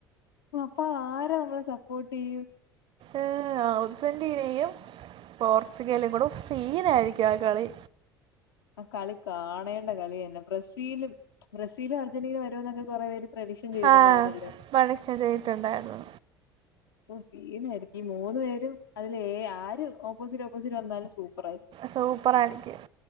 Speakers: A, on the left; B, on the right.
A: അപ്പോ ആരെ നമ്മള് സപ്പോർട്ട് ചെയ്യും
B: ഏഹ് അർജന്റീനയും പോർച്ചുഗലും കൂടെ, ഓഹ് സീനായിരിക്കും ആ കളി
A: ആ കളി കാണേണ്ട കളി തന്നെ, ബ്രസീലും ബ്രസീലും അർജന്റീനയും വരൂന്നൊക്കെ കുറെ പേര് പ്രഡിക്ഷൻ ചെയ്തിട്ടുണ്ടായിരുന്നല്ലോ
B: ആഹ് പണിഷ് ചെയ്തിട്ടുണ്ടായിരുന്നു
A: ഓ സീനായിരിക്കും ഈ മൂന്നു പേരും അതില് ഏ ആര് ഓപ്പോസിറ്റ് ഓപ്പോസിറ്റ് വന്നാലും സൂപ്പറായിരിക്കും
B: സുപ്പറായിരിക്കും